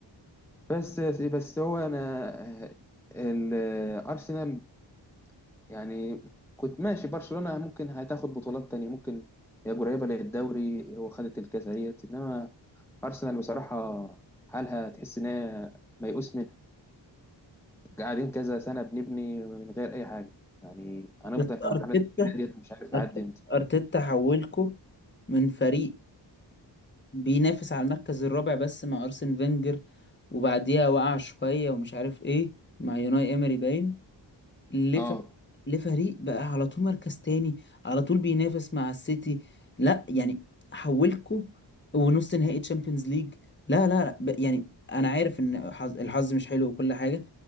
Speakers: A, in the centre; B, on the left (about 25°).
A: بس بس هو انا الارسنال يعني كنت ماشي برشلونة ممكن هتاخد بطولات تانية ممكن هي قريبة للدوري وخدت الكاس اهيت انما ارسنال بصراحة حالها تحس ان هي ميؤوس منها قاعدين كذا سنة بنبني من غير اي حاجة يعني هنفضل
B: بس
A: في مرحلة
B: أرتيتا
A: البناء ديت مش عارف لحد
B: أرتيتا
A: امتى
B: أرتيتا حولكو من فريق بينافس على المركز الرابع بس مع أرسن فينجر وبعديها وقع شوية ومش عارف إيه مع يوناي إيمري باين لف...
A: اه
B: لفريق بقى على طول مركز تاني على طول بينافس مع السيتي لا يعني حولكوا ونص نهائي تشامبيونز ليج لا لا لا ب... يعني انا عارف ان حظ... الحظ مش حلو وكل حاجه